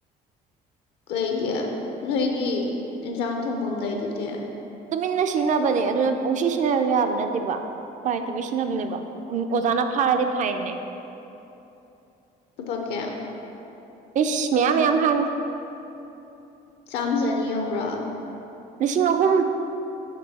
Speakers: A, on the left; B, on the right.
A: ꯀꯩꯒꯤ ꯅꯣꯏꯒꯤ ꯏꯟꯖꯥꯡ ꯊꯣꯡꯐꯝ ꯂꯩꯗꯨꯗꯤ꯫
B: ꯇꯨꯃꯤꯟꯅ ꯁꯤꯖꯤꯟꯅꯕꯅꯦ ꯑꯗꯨꯅ ꯄꯨꯡꯁꯤ ꯁꯤꯖꯤꯟꯅꯕ ꯌꯥꯕ ꯅꯠꯇꯦꯕ ꯎ ꯂꯩꯇꯕꯩ ꯁꯤꯖꯤꯟꯅꯕꯅꯦꯕ꯫ ꯑꯣꯖꯥꯅ ꯐꯥꯔꯥꯗꯤ ꯐꯥꯏꯟꯅꯦ꯫
A: ꯂꯨꯄꯥ ꯀꯌꯥ
B: ꯎꯁ ꯃꯌꯥꯝ ꯃꯌꯥꯝ ꯍꯥꯏ꯫
A: ꯆꯥꯝꯃ ꯆꯅꯤ ꯌꯧꯕ꯭ꯔꯥ꯫
B: ꯂꯤꯁꯤꯡ ꯑꯍꯨꯝ